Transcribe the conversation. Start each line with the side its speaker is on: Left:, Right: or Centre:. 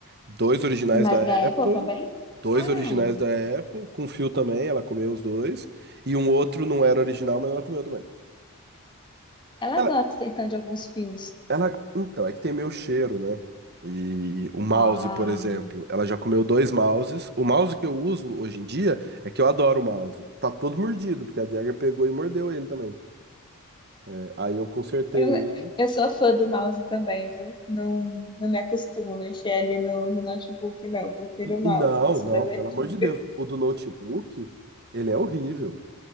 Right: Dois originais
Left: Hum, Mas
Right: da
Left: da
Right: Apple,
Left: Apple também?
Right: dois
Left: Ai.
Right: originais da Apple, com fio também, ela comeu os dois, e um outro não era original, mas ela comeu também.
Left: Ela
Right: Ela,
Left: gosta então de alguns filmes.
Right: ela, então, é que tem meu cheiro, né? E o mouse,
Left: Ah,
Right: por exemplo, ela já comeu dois mouses. O mouse que eu uso hoje em dia é que eu adoro o mouse. Tá todo mordido, porque a Jagger pegou e mordeu ele também. É, aí eu consertei
Left: Eu,
Right: ele.
Left: eu sou fã do mouse também, viu? Não, não me acostumo a mexer ali no, no notebook, não. Prefiro
Right: Não,
Left: o mouse, sou
Right: não,
Left: das antigas.
Right: pelo amor de Deus. O do notebook, ele é horrível.